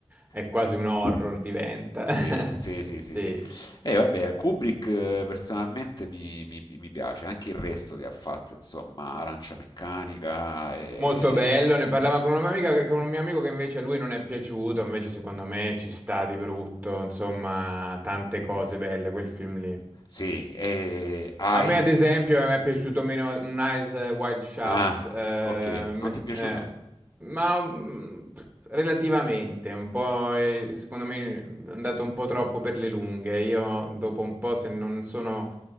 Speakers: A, on the right (about 20°); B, on the left (about 45°).
A: è quasi
B: Eh,
A: un horror diventa. <laughs>
B: Sì, sì, sì, sì,
A: Sì,
B: sì. E vabbè, Kubrick eh, personalmente mi, mi- mi piace, anche il resto che ha fatto, insomma, Arancia Meccanica e...
A: molto bello, ne parlava con una mia amica, con un mio amico che invece a lui non è piaciuto, invece secondo me ci sta di brutto, insomma, tante cose belle quel film lì.
B: Sì, e I,
A: A me, ad esempio, mi è piaciuto meno un Eyes Wide Shout,
B: Ah,
A: eh,
B: o okay.
A: me-
B: Non ti è piaciuto?
A: eh, ma mm, pff, relativamente, un po', eh, secondo me è andato un po' troppo per le lunghe. Io dopo un po', se non sono,